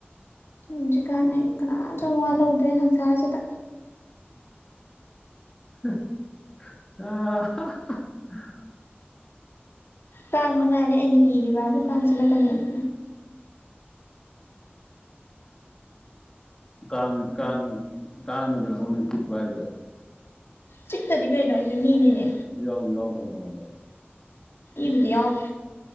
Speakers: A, on the left; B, on the left.
A: ꯍꯧꯖꯤꯛꯀꯥꯟ ꯑꯩ ꯀꯅꯥꯝꯇ ꯃꯋꯥ ꯂꯧꯗꯔꯦ ꯁꯪꯁꯥꯔꯁꯤꯗ
B: ꯑ
A: ꯀꯥꯡ ꯃꯉꯥꯏꯔꯦ ꯑꯩꯅ ꯀꯤꯔꯤꯕꯕꯨ ꯀꯥꯡ ꯆꯤꯛꯂꯛꯀꯅꯤꯅ
B: ꯀꯥꯡ ꯀꯥꯡ ꯀꯥꯡꯅꯒ ꯅꯉꫭꯟꯗ ꯆꯤꯛꯍꯔꯦ ꯍꯥꯏꯖꯦ
A: ꯆꯤꯛꯇꯗꯤ ꯀꯩꯅꯣ ꯑꯩꯗꯤ ꯃꯤꯅꯤꯅꯦ
B: ꯌꯥꯎꯖꯨ ꯌꯥꯎꯗꯕ ꯅꯉꫭꯟꯗ
A: ꯏꯕꯨꯗꯤ ꯌꯥꯎ